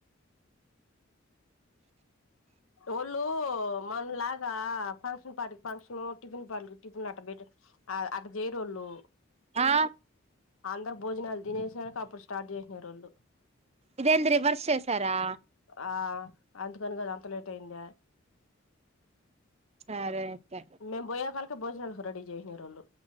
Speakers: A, on the left (about 80°); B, on the right (about 30°).
A: ఒళ్ళు మన లాగా ఫంక్షన్ పాటికి ఫంక్షన్ ఓ టిఫిన్ పల్లు టిఫిన్ అట్ట బెట్ అట్ట చేయరోళ్ళు
B: ఆ
A: ఆంధ్ర భోజనాలు తినేసినాక అప్పుడు స్టార్ట్ చేసిన రోళ్లు
B: ఇదేంది రివర్స్ చేసారా
A: ఆ అందుకని కదా అంతలో పెందా
B: సరే అయితే
A: మేము బోయేకాలకి భోజనాలు రెడీ చేసినారు వాళ్ళు